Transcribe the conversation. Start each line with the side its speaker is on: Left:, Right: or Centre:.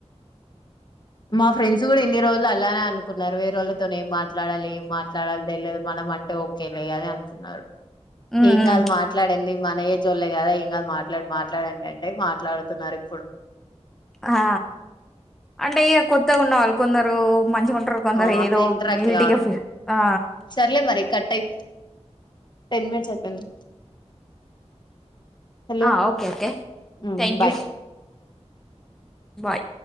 Left: మా ఫ్రెండ్స్ కూడా ఇన్ని రోజులు అలానే అనుకున్నారు వేరోలతోని ఏం మాట్లాడాలి ఏం మాట్లాడాలి తెలేదు మన ఆమె అంటే ఓకేలే అని అనుకున్నారు
Centre: ఉమ్
Left: ఏం
Centre: ఉమ్
Left: కాదు మాట్లాడ్ ఎందుకు మన ఏజోలె కదా ఏం కా మాట్లాడు మాట్లాడండి అంటే మాట్లాడుతున్నారు ఇప్పుడు
Centre: ఆ అంటే ఇగ కొత్తగున్న వాళ్ళు కొందరు మంచిగుంటరు కొందరు
Left: ఆ అంత
Centre: ఏదో
Left: ఇంటరాక్ట్
Centre: గిల్టీగా
Left: కారు
Centre: ఫి ఆ
Left: సర్లే మరి కట్ అయి టెన్ మినిట్స్ ఐపంది హలో
Centre: ఆ ఓకే ఓకే
Left: ఉ
Centre: థ్యాంక్
Left: బాయ్
Centre: యూ బాయ్